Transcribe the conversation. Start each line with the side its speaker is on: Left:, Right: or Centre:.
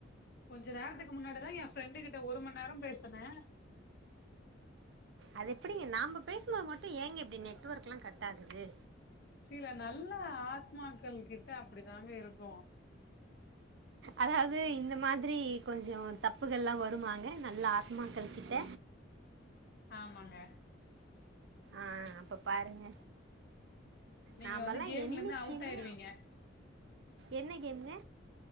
Left: கொஞ்ச நேரத்துக்கு முன்னாடிதா என் ஃப்ரெண்டு கிட்ட ஒரு மணி நேரோ பேசுனே
Right: அது எப்டிங்க நாம்ப பேசும்போது மட்டு ஏங்க இப்டி நெட்வொர்க் எல்லா கட் ஆகுது
Left: சில நல்ல ஆத்மாக்கள் கிட்ட அப்படி தாங்க இருக்கு
Right: அதாவது இந்த மாதிரி கொஞ்சோ தப்புகள்லா வருமாங்க நல்ல ஆத்மாக்கள் கிட்ட
Left: ஆமாங்க
Right: ஆஹ் அப்ப பாருங்க
Left: நீங்க
Right: நாமல்லா
Left: வந்து கேம்ல
Right: என்னைக்குமே
Left: இருந்து அவுட் ஆயிருவிங்க
Right: என்ன கேம்ங்க